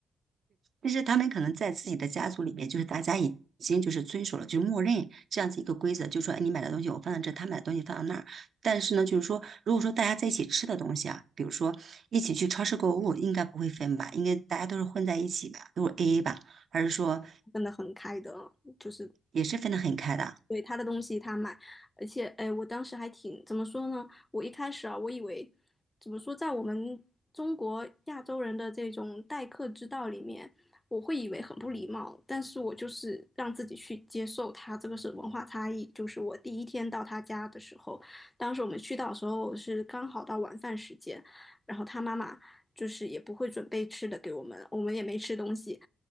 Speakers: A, on the right; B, on the left.
A: 但是他们可能在自己的家族里面，就是大家已经就是遵守了，就是默认这样子一个规则，就说哎你买的东西我放在这，他买的东西放到那儿。但是呢，就是说，如果说大家在一起吃的东西啊，比如说一起去超市购物，应该不会分吧？应该大家都是混在一起吧，都是 AA 吧？还是说
B: 分得很开的，就是
A: 也是分得很开的？
B: 对他的东西他买，而且哎，我当时还挺怎么说呢？我一开始啊，我以为怎么说，在我们中国亚洲人的这种待客之道里面，我会以为很不礼貌，但是我就是让自己去接受他这个是文化差异。就是我第一天到他家的时候，当时我们去到的时候是刚好到晚饭时间，然后他妈妈就是也不会准备吃的给我们，我们也没吃东西。